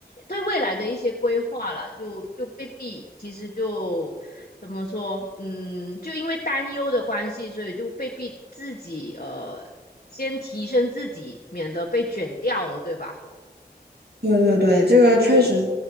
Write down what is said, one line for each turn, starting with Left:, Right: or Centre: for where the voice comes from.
Left: 对未来的一些规划了，就就被逼，其实就怎么说，嗯，就因为担忧的关系，所以就被逼自己，呃，先提升自己，免得被卷掉了，对吧？
Right: 对对对，这个确实是
Left: 这就